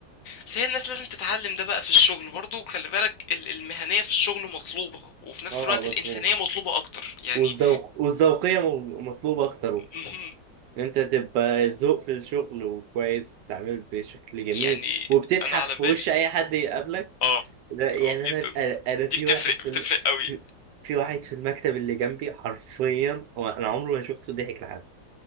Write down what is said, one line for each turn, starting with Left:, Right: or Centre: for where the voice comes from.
Left: بس هي الناس لازم تتعلم ده بقى في الشغل برضو خلي بالك ال- المهنية في الشغل مطلوبة وفي نفس
Right: آه
Left: الوقت
Right: مظبوط
Left: الإنسانية مطلوبة اكتر يعني
Right: والذوق والذوقية مو- مطلوبة أكتر
Left: مهم.
Right: إن انت تبقى ذوق في الشغل وكويس بتتعامل بشكل جميل
Left: يعني
Right: وبتضحك
Left: انا على
Right: في
Left: بالي
Right: وش اي حد يقابلك
Left: اه
Right: ده يعني
Left: اه جدا
Right: انا انا في
Left: دي بتفرق
Right: واحد في
Left: بتفرق
Right: الم...
Left: قوي
Right: في في واحد في المكتب اللي جنبي حرفيا هو انا عمري ما شفته ضحك لحد